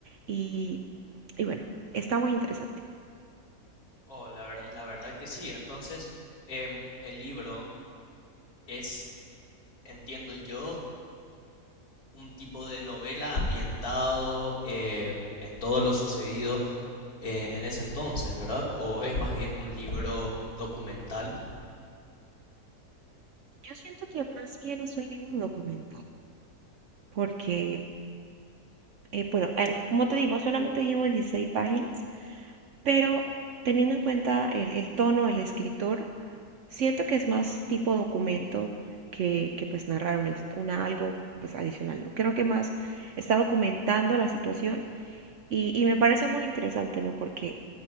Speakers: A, on the right; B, on the left.
A: y, y bueno, está muy interesante.
B: Oh, la verdad, la verdad que sí. Entonces, em, el libro es entiendo yo, un tipo de novela ambientado eh, en todo lo sucedido eh, en ese entonces, ¿verdad? ¿O es más bien un libro documental?
A: Yo siento que más bien es un libro documental, porque, eh, bueno, el- como te digo, solamente llevo 16 páginas, pero teniendo en cuenta el el tono del escritor, Siento que es más tipo documento que, que pues narrar una, his- una algo pues adicional, ¿no? Creo que más está documentando la situación y, y me parece muy interesante, ¿no? Porque